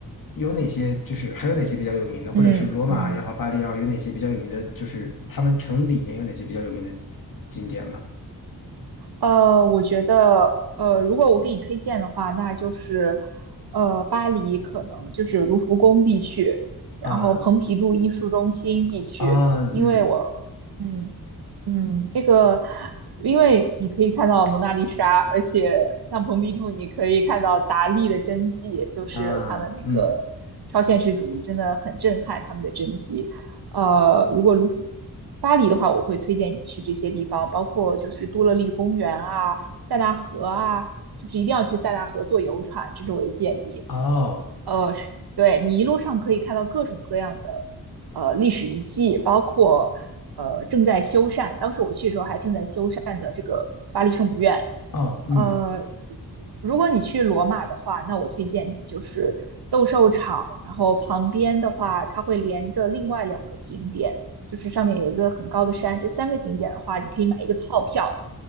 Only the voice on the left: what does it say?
有哪些就是还有哪些比较有名的，或者是罗马也好，
巴黎也好，有哪些比较有名的，就是他们城里面有哪些比较有名的景点吗？
啊啊嗯
啊嗯
哦
哦嗯